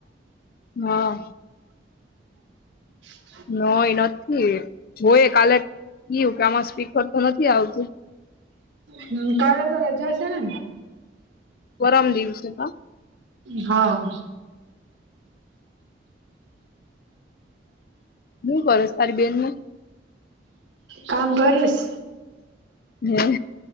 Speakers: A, on the left; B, on the right.
A: હા
B: <inaudible>
A: નઈ નથી જોય કાલે કયું કે આમાં સ્પીકર તો નથી આવતું
B: હ કાલે તો રજા છે ને
A: ગરમ દિવસે કા
B: હા
A: બું કરસ તારી બેન ણુ
B: કામ કરીશ?
A: હમ